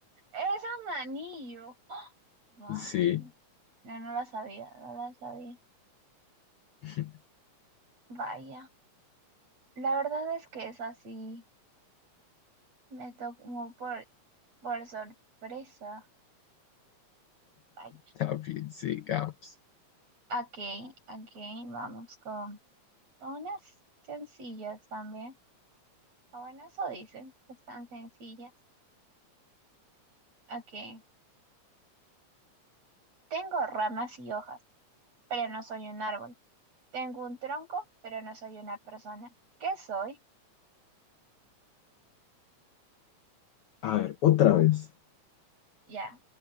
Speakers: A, on the right; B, on the left.
A: Es un anillo. Vaya.
B: Sí,
A: No, no lo sabía, no lo sabía.
B: <laughs>
A: Vaya. La verdad es que es así. Me tocó por, por sorpresa. Vaya.
B: también sigamos.
A: Ok, ok, vamos con, con unas sencillas también. Ah, Bueno, eso dicen, que están sencillas. Ok. Tengo ramas y hojas, pero no soy un árbol. Tengo un tronco, pero no soy una persona. ¿Qué soy?
B: A ver, otra vez.
A: Ya.